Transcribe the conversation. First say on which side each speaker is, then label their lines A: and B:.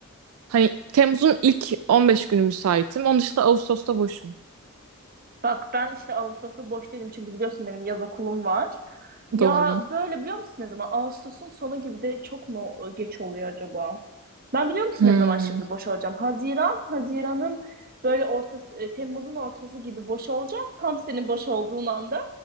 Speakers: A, on the right; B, on the right.
A: Hani Temmuz'un ilk 15 günü müsaitim. Onun dışında Ağustos'ta boşum.
B: bak ben işte Ağustos'ta boş değilim çünkü biliyorsun benim yaz okulum var. Ya
A: Doğru.
B: böyle biliyor musun ne zaman? Ağustos'un sonu gibi de çok mu e, geç oluyor acaba? Ben biliyor musun
A: Hmm.
B: ne zaman şimdi boş olacağım? Haziran, Haziran'ın böyle ortası, e, Temmuz'un ortası gibi boş olacağım. Tam senin boş olduğun anda.